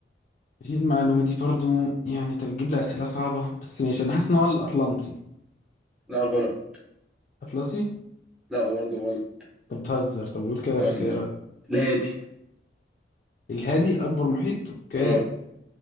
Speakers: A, on the left (about 45°); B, in the centre.
A: هي المعلومة دي برضو يعني انت بتجيب لي أسئلة صعبة بس ماشي أنا حاسس إن هو الأطلنطي
B: لا غلط
A: أطلسي؟
B: لا برضه غلط
A: أنت بتهزر طب قول كده
B: آه
A: الاختيارات
B: لا الهادي
A: الهادي أكبر محيط أوكي
B: اه